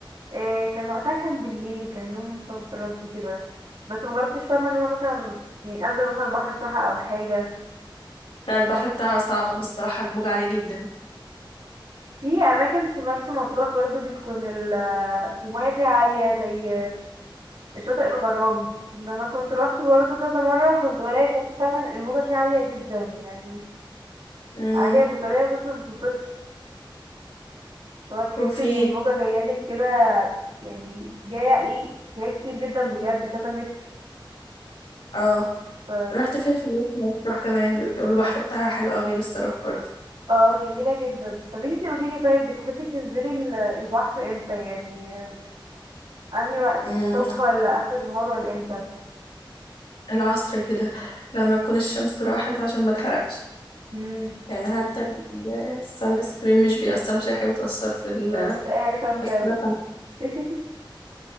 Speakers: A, on the right; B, on the left.
A: آه، كان وقتها كان بالليل كان يوم صد رد كده بس مجربتش فاهمه ان انا مثلا يعني انزل مثلا البحر بتاعها او حاجه
B: لا البحر بتاعها صعب الصراحة الموجة عالية جدا
A: في اماكن في مرسى مطروح برضو بتكون ال- المياه فيها عاليه زي شاطئ الغرام ده انا كنت روحت برضو كذا مره كنت بلاقي بجد فعلا الموجه فيه عاليه جدا يعني
B: مم.
A: عاليه بطريقه بص ما تتوصفش هو تحس
B: وفي
A: ان الموجه جايه لك كده يعني جايه ايه جايه كتير جدا بجد كذا متر
B: اه
A: ف
B: رحت فين في مرسى مطروح كمان بيقولوا البحر بتاعها حلو قوي نفسي اروح برضه
A: اه جميله جدا طب انتي قوليلي طيب بتحبي تنزلي ال- البحر امتى يعني انهي وقت
B: مم.
A: الصبح ولا اخر النهار ولا امتى
B: العصر كده لما تكون الشمس راحت عشان ما تحرقش
A: مم.
B: يعني حتى السان سكرين مش بيأثر مش أي حاجة بتأثر في ال-
A: مفيش اي حاجه فعلا
B: في
A: بتعمل
B: الحرارة بتاعتك
A: <laughs>